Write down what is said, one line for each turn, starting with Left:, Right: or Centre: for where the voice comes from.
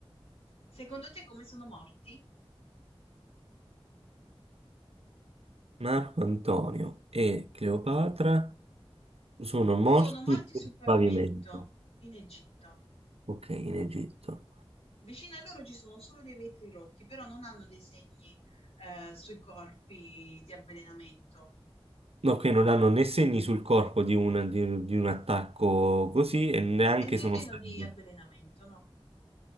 Left: Secondo te come sono morti?
Right: Marco Antonio e Cleopatra. Sono morti
Left: Sono morti
Right: sul
Left: sul pavimento
Right: pavimento.
Left: in Egitto.
Right: Ok, in Egitto.
Left: Vicino a loro ci sono solo dei vetri rotti, però non hanno dei segni, ehm, sui corpi di avvelenamento
Right: No, che non hanno né segni sul corpo di un, di- di un attacco così e neanche
Left: e nemmeno
Right: sono stati...
Left: di avvelenamento, no.